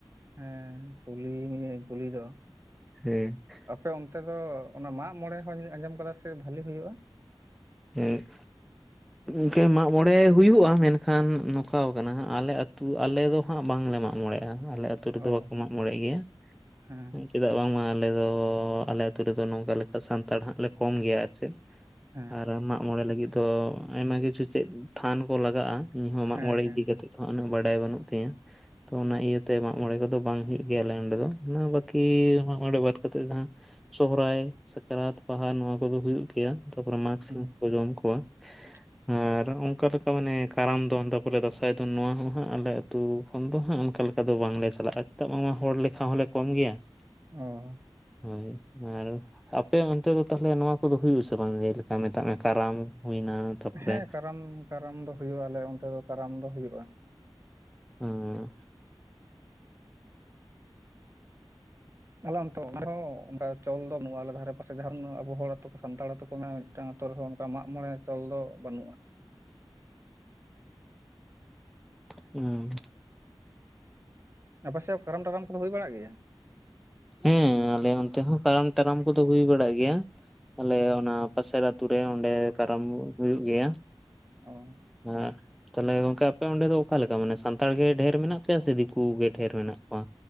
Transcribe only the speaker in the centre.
ᱦᱮᱸ ᱾
ᱦᱮᱸ ᱾
ᱤᱱᱠᱟᱹ ᱢᱟᱜᱢᱚᱬᱮ ᱦᱩᱭᱩᱜᱼᱟ ᱢᱮᱱᱠᱷᱟᱱ ᱱᱚᱝᱠᱟ ᱠᱟᱱᱟ ᱟᱞᱮ ᱟᱹᱛᱩ ᱟᱞᱮ ᱫᱚ ᱦᱟᱸᱜ ᱵᱟᱝᱞᱮ ᱢᱟᱜᱢᱚᱬᱮᱜᱼᱟ ᱟᱞᱮ ᱟᱹᱛᱩ ᱨᱮᱫᱚ
ᱵᱟᱠᱚ ᱢᱟᱜᱢᱚᱬᱮ ᱜᱮᱭᱟ ᱾
ᱪᱮᱫᱟᱜ ᱵᱟᱝᱢᱟ ᱟᱞᱮᱫᱚ ᱟᱞᱮ ᱟᱹᱛᱩ ᱨᱮᱫᱚ ᱱᱚᱝᱠᱟ ᱞᱮᱠᱟ ᱥᱟᱱᱛᱟᱲ ᱦᱟᱸᱜ ᱞᱮ ᱠᱚᱢ ᱜᱮᱭᱟ ᱾
ᱟᱨ ᱢᱟᱜᱢᱚᱬᱮ ᱞᱟᱹᱜᱤᱫ ᱫᱚ ᱟᱭᱢᱟ ᱠᱤᱪᱷᱩ ᱪᱮᱫ ᱛᱷᱟᱱ ᱠᱚ ᱞᱟᱜᱟᱜᱼᱟ ᱤᱧ ᱦᱚᱸ
ᱢᱟᱜᱢᱚᱬᱮ
ᱤᱫᱤ
ᱠᱟᱛᱮᱜ ᱩᱱᱟᱹᱜ ᱵᱟᱰᱟᱭ ᱵᱟᱹᱱᱩᱜ ᱛᱤᱧᱟᱹ ᱛᱚ
ᱚᱱᱟ ᱤᱭᱟᱹ ᱾ ᱛᱮ ᱢᱟᱜᱢᱚᱬᱮ ᱠᱚᱫᱚ ᱵᱟᱝ ᱦᱩᱭᱩᱜ ᱜᱮᱭᱟ ᱟᱞᱮ ᱚᱸᱰᱮ ᱫᱚ ᱵᱟᱹᱠᱤ ᱢᱟᱜᱢᱚᱬᱮ ᱵᱟᱫ ᱠᱟᱛᱮ ᱡᱟᱦᱟᱸ ᱥᱚᱦᱚᱨᱟᱭ ᱥᱟᱠᱨᱟᱛ, ᱵᱟᱦᱟ, ᱱᱚᱣᱟ ᱠᱚᱫᱚ ᱦᱩᱭᱩᱜ ᱜᱮᱭᱟ ᱛᱟᱯᱚᱨᱮ ᱢᱟᱜᱽ
ᱥᱤᱢ ᱠᱚ ᱠᱚ ᱡᱚᱢ ᱠᱚᱣᱟ ᱾
ᱟᱨ ᱚᱱᱠᱟ ᱞᱮᱠᱟ ᱢᱟᱱᱮ ᱠᱟᱨᱟᱢ ᱫᱚᱱ ᱛᱟᱨᱯᱚᱨᱮ ᱫᱚᱸᱥᱟᱭ ᱫᱚᱱ ᱱᱚᱣᱟ ᱦᱚᱸ ᱦᱟᱸᱜ ᱟᱞᱮ ᱟᱹᱛᱩ ᱠᱷᱚᱱ ᱫᱚ ᱦᱟᱸᱜ ᱚᱱᱠᱟ ᱞᱮᱠᱟ ᱫᱚ ᱵᱟᱝᱞᱮ ᱪᱟᱞᱟᱜᱼᱟ ᱪᱮᱫᱟᱜ ᱵᱟᱝᱢᱟ ᱦᱚᱲ ᱞᱮᱠᱷᱟ ᱦᱚᱸᱞᱮ ᱠᱚᱢ ᱜᱮᱭᱟ ᱾
ᱦᱚᱭ ᱟᱨ ᱟᱯᱮ ᱚᱱᱛᱮ ᱫᱚ ᱛᱟᱦᱚᱞᱮ ᱱᱚᱣᱟ ᱠᱚᱫᱚ ᱦᱩᱭᱩᱜ ᱟᱥᱮ ᱵᱟᱝ ᱜᱮ? ᱟ ᱢᱮᱛᱟᱜ ᱢᱮ ᱠᱟᱨᱟᱢ ᱦᱩᱭᱱᱟ ᱾ ᱛᱟᱯᱚᱨᱮ
ᱦᱟᱸ ᱾
ᱩᱸ ᱾
ᱦᱮᱸ ᱟᱞᱮ ᱚᱱᱛᱮ ᱦᱚᱸ ᱠᱟᱨᱟᱢ ᱴᱟᱨᱟᱢ ᱠᱚ ᱫᱚ ᱦᱩᱭ ᱵᱟᱲᱟᱜ ᱜᱮᱭᱟ ᱾ ᱟᱞᱮ ᱚᱱᱟ ᱯᱟᱥᱮᱨ ᱟᱛᱳ ᱨᱮ ᱚᱸᱰᱮ ᱠᱟᱨᱟᱢ ᱦᱩᱭᱩᱜ ᱜᱮᱭᱟ ᱾
ᱦᱟᱸ ᱾ ᱛᱟᱦᱞᱮ ᱜᱚᱝᱠᱮ ᱟᱯᱮ ᱚᱸᱰᱮ ᱫᱚ ᱚᱠᱟ ᱞᱮᱠᱟ ᱢᱟᱱᱮ ᱥᱟᱱᱛᱟᱲ ᱜᱮ ᱰᱷᱮᱨ ᱢᱮᱱᱟᱜ ᱯᱮᱭᱟ ᱥᱮ ᱫᱤᱠᱩ ᱜᱮ ᱰᱷᱮᱨ ᱢᱮᱱᱟᱜ ᱠᱚᱣᱟ?